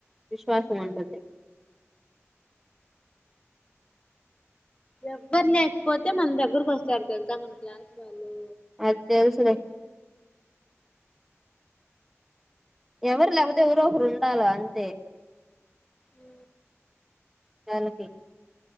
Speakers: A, in the centre; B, on the left (about 20°).
A: విశ్వాసం ఉంటుంది
B: ఎవ్వరు లేకపోతే మన దగ్గర వస్తారు తెలుసా మన క్లాస్ వాళ్ళు
A: అది తెలుసులే ఎవరు లేకపోతే ఎవరో ఒకరు ఉండాల అంతే
B: ఉ
A: తనకి